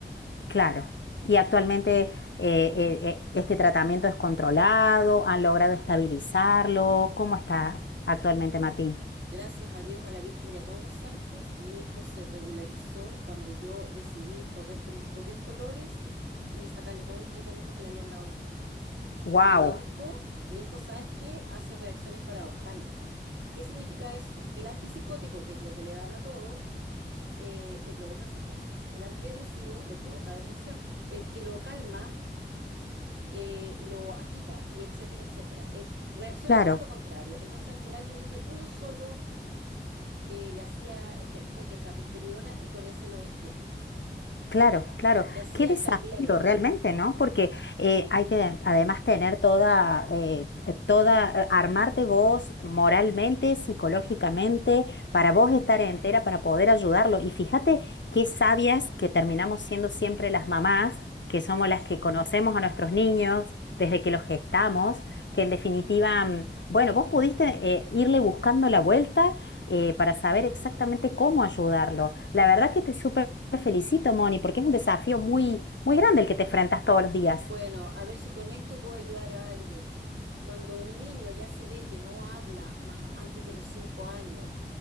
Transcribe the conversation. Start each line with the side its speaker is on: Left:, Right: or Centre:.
Left: claro. Y actualmente eh, eh, eh, este tratamiento es controlado, han logrado estabilizarlo. ¿Cómo está actualmente, Martín?
Right: Gracias a Dios, a la Virgen y a todos los santos, mi hijo se regularizó cuando yo decidí correr con mis propios colores y sacarle todos los medicamentos que le habían dado a los médicos.
Left: Wow,
Right: Porque mi hijo, mi hijo, ¿sabes qué? Hace reacciones paradojales. ¿Qué significa eso? Que el antipsicótico, que es lo que le dan a todos, eh, le provoca psicosis, el antidepresivo le provoca depresión, el que lo calma eh, lo agita y etcétera, etcétera. Eh, reacciona
Left: claro.
Right: todo lo contrario. Entonces al final yo vi que uno solo eh, le hacía efecto, que es la risperidona, y con ese lo dejé.
Left: Claro, claro.
Right: Y así
Left: Qué desafío
Right: hasta el día de hoy.
Left: realmente, ¿no? Porque eh, hay que además tener toda, eh, eh, toda, eh, armarte vos moralmente, psicológicamente, para vos estar entera, para poder ayudarlo. Y fíjate qué sabias que terminamos siendo siempre las mamás, que somos
Right: Uf,
Left: las que conocemos a nuestros niños desde que los gestamos, que en definitiva, mm, bueno, vos pudiste eh, irle buscando la vuelta eh, para saber exactamente cómo ayudarlo. La verdad que te súper te felicito, Moni, porque es un desafío muy, muy grande el que te enfrentas todos los días.
Right: Bueno, a ver si con esto puedo ayudar a alguien. Cuando un niño ya se ve que no habla más antes de los cinco años,